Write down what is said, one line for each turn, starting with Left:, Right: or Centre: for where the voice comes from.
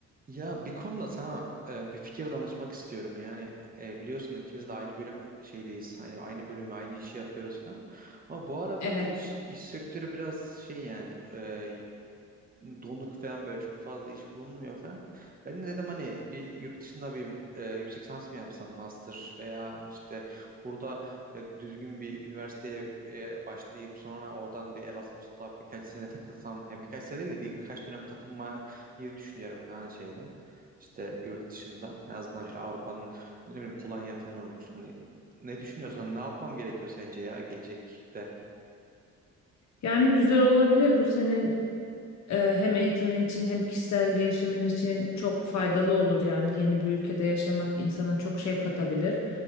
Right: Ya bir konuda sana e, bir fikir danışmak istiyorum. Yani e, biliyorsun ikimiz de aynı bölüm şeydeyiz. Hani aynı bölümü, aynı işi yapıyoruz falan. Ama bu ara
Left: Evet.
Right: böyle iş iş sektörü biraz şey yani e, donuk falan böyle çok fazla iş bulunmuyor falan. Ben de dedim hani bir yurt dışında bir e, yüksek lisans mı yapsam master veya işte burada e, düzgün bir üniversiteye e, başlayıp sonra oradan bir Erasmus'ta birkaç sene takılsam ya birkaç sene değil de bir, birkaç dönem takılmayı düşünüyorum falan şeyden. İşte yurt dışında en azından şöyle Avrupa'nın ne bileyim Polonya falan olur. Hani ne düşünüyorsan ne yapmam gerekiyor sence ya gelecekte?
Left: Yani güzel olabilir. Bu senin e, hem eğitimin için hem kişisel gelişimin için çok faydalı olur. Yani yeni bir ülkede yaşamak insana çok şey katabilir.